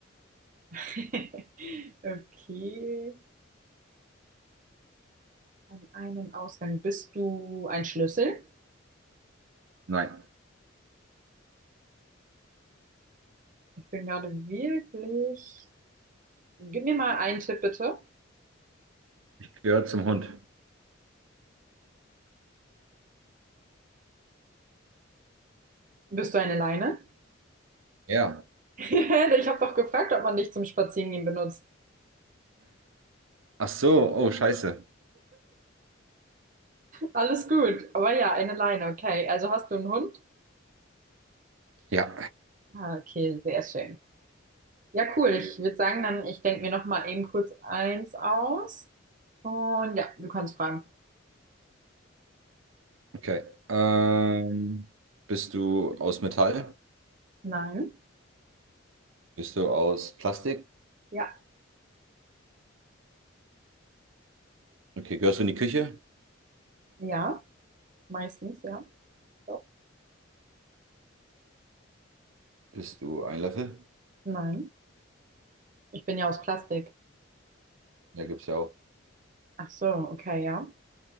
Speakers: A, on the right (about 40°); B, on the right (about 85°).
A: <laughs> Okay. Am Ein- und Ausgang. Bist du ein Schlüssel?
B: Nein.
A: Ich bin gerade wirklich. Gib mir mal einen Tipp, bitte.
B: Ich gehöre zum Hund.
A: Bist du eine Leine?
B: Ja.
A: <laughs> Ich habe doch gefragt, ob man dich zum Spazierengehen benutzt.
B: Ach so, oh, scheiße.
A: Alles gut. Aber ja, eine Leine, okay. Also hast du einen Hund?
B: Ja,
A: Ah, okay, sehr schön. Ja, cool. Ich würde sagen, dann, ich denke mir noch mal eben kurz eins aus. Und ja, du kannst fragen.
B: okay. Ähm, bist du aus Metall?
A: Nein.
B: Bist du aus Plastik?
A: Ja.
B: Okay, gehörst du in die Küche?
A: Ja. Meistens, ja. So.
B: Bist du ein Löffel?
A: Nein. Ich bin ja aus Plastik.
B: Ja, gibt's ja auch.
A: Ach so, okay, ja.